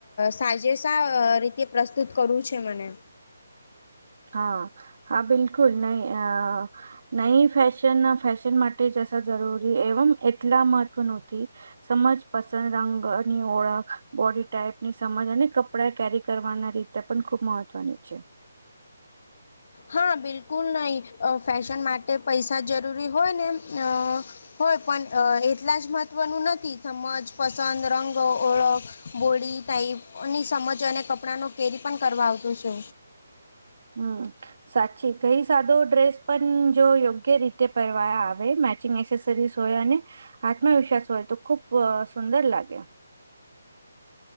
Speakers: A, on the left; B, on the right.
A: સાજેેશ રી તે પ્રસ્તુત કરવું છે મને
B: હા-હા બિલકુલ નહી અ ન ફેશન ફેશન માટે જસા જરૂરી એવમ એટલા મહત્વ નથી સમજ પસંદ રંગ ની ઓળખ બોડી ટાઈપની સમજ અને કપડા કેરી કરવાના રીતે તે પણ ખૂબ મહત્વની છે.
A: હા બિલકુલ નહી ફેશન માટે પૈસા જરૂરી હોય ને અ હોય પણ એટલા જ મહત્વનું નથી સમજ, પસંદ, રંગો ઓળખ બોડી ટાઈપની સમજ અને કપડા ની કેરી પણ કરવા આવતું છુ.
B: હમ સાચી કઈ સાદો ડ્રેસ પણ જો યોગ્ય રીતે પહેરવા આવે મે સરીસ હોય અને આત્મવિશ્વાસ હોય તો ખૂબ સુંદર લાગે.